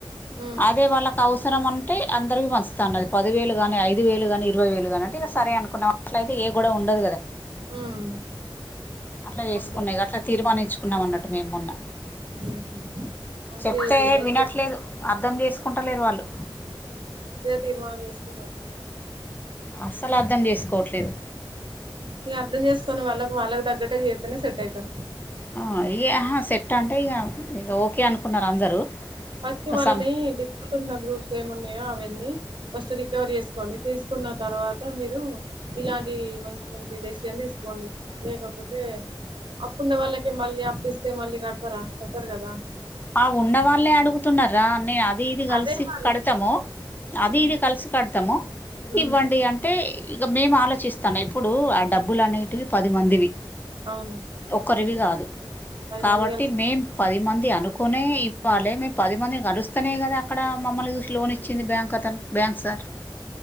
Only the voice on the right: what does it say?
ఉమ్
ఉమ్
అంతే
ఉహు మంచి
రెస్ట్
మంచిగా తీర్మానం చేసుకున్నరు
ఇగర్థం చేసుకుని వాళ్ళ వాళ్ళకు తగ్గటే చేస్తనే సెటయితరు
ఫస్ట్
వాళ్ళని
డిఫెంట్ ఉన్న గ్రూప్స్ ఏమి ఉన్నయో అవన్నీ ఫస్ట్ రికవరీ చేసుకోండి చేసుకున్న తర్వాత మీరు ఇలాంటి మంచి మంచి డెసిషన్ తీసుకోండి లేకపోతే అప్పున్న వాళ్ళకే మళ్ళీ అప్పిస్తే మళ్ళీ కడతరా కట్టరు కదా
అదే మరి
ఉమ్
ఉమ్
అవును
పది
మంది కలిసి